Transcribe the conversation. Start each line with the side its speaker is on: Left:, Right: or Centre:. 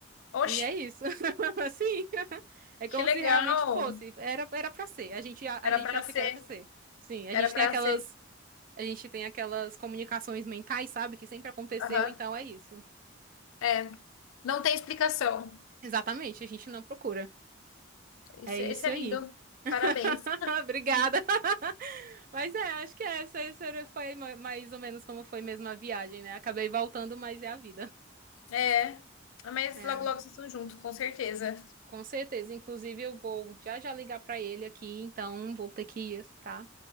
Left: Oxe,
Right: E é isso. <laughs> Assim, é
Left: que
Right: como
Left: legal!
Right: se realmente fosse. Era, era pra ser. A gente, a, a
Left: Era
Right: gente
Left: pra
Right: acha
Left: ser.
Right: que era pra ser. Sim, a
Left: Era
Right: gente
Left: pra
Right: tem aquelas,
Left: ser.
Right: a gente tem aquelas comunicações mentais, sabe, que sempre aconteceu,
Left: Aham.
Right: então é isso.
Left: É. Não tem explicação.
Right: Exatamente, a gente não procura.
Left: Esse,
Right: É isso
Left: esse é
Right: aí.
Left: lindo.
Right: <laughs>
Left: Parabéns.
Right: Obrigada. <laughs> Mas é, acho que essa, essa foi ma- mais ou menos como foi mesmo a viagem, né? Acabei voltando, mas é a vida.
Left: É. Mas
Right: É,
Left: logo, logo vocês estão juntos, com certeza.
Right: com certeza. Inclusive, eu vou já já ligar pra ele aqui, então vou ter que ir, tá?